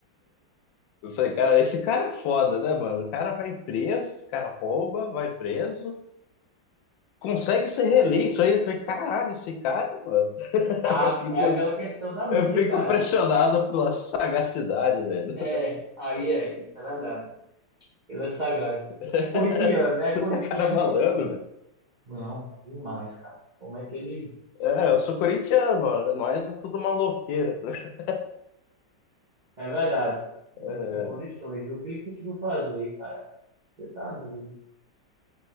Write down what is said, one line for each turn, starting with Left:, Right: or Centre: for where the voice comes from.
Left: Eu falei, cara, esse cara é foda, né, mano? O cara vai preso, o cara rouba, vai preso, consegue ser reeleito. Aí eu falei, caralho, esse cara, mano. <laughs>
Right: Ah,
Left: Eu fico,
Right: é aquela questão da mídia,
Left: eu fico
Right: cara.
Left: impressionado pela sagacidade, velho.
Right: É, aí é, isso é verdade. Ele é sagaz.
Left: <laughs>
Right: É corintiano, né? Corintiano
Left: Puta cara malandro,
Right: tem que ser.
Left: velho.
Right: Não, demais, cara. Como é que ele.
Left: É, eu sou corintiano, mano. Nós é tudo maloqueira. <laughs>
Right: É verdade.
Left: É,
Right: É, sem condições. E O que ele conseguiu fazer, cara? Você tá doido.